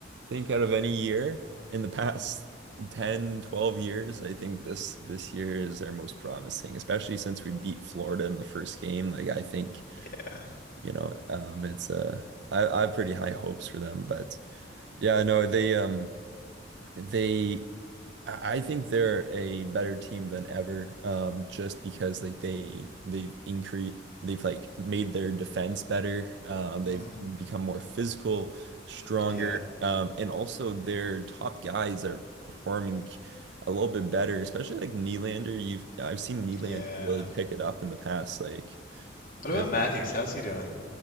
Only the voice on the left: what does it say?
Yeah.
Mm,
mm,
yeah.
Yeah.
What
about Matthews? How's he doing?